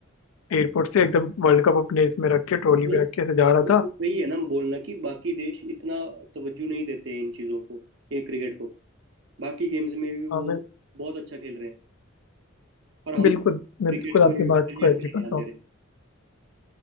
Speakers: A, on the left; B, on the right.
A: एयरपोर्ट से एकदम वर्ल्ड कप अपने इसमें रख के ट्रॉली
B: मतलब
A: में रख के ऐसे जा रहा
B: वो-
A: था
B: वही है ना बोलना कि बाकी देश इतना तवज्जो नहीं देते हैं इन चीज़ों को ये क्रिकेट को बाकी गेम्स में भी वो
A: हाँ मैं
B: बहुत अच्छा खेल रहे हैं और हम
A: बिल्कुल मैं
B: क्रिकेट
A: बिल्कुल
B: को
A: आपकी
B: क्रिकेट
A: बात को एग्री
B: पे ही
A: करता
B: ध्यान दे
A: हूँ
B: रहे हैं